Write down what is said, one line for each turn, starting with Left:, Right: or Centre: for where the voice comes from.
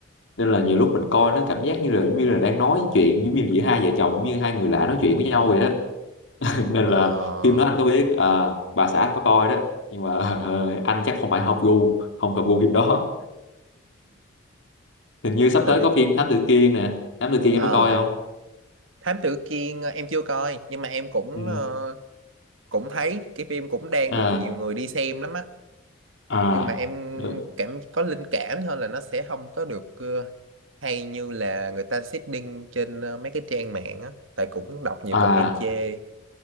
Left: nên là nhiều lúc mình coi nó cảm giác như là giống như là đang nói chuyện giống như giữa hai vợ chồng giống như hai người lạ nói chuyện với nhau vậy đó <laughs> nên
Right: Ờ,
Left: là phim đó anh có biết à, bà xã anh có coi đó nhưng mà ờ, anh chắc không phải hợp gu không hợp gu phim đó hình như sắp
Right: tại
Left: tới
Right: vì
Left: có phim Thám Tử Kiên nè Thám Tử Kiên
Right: ờ,
Left: em có coi không
Right: Thám Tử Kiên ờ, em chưa coi nhưng mà em cũng
Left: ừ.
Right: ờ, cũng thấy cái phim cũng đang
Left: À
Right: được nhiều người đi xem lắm á
Left: à
Right: nhưng mà em
Left: được
Right: cảm có linh cảm thôi là nó sẽ không có được ờ, hay như là người ta seeding trên ờ, mấy cái trang mạng á tại cũng đọc nhiều
Left: à
Right: comment chê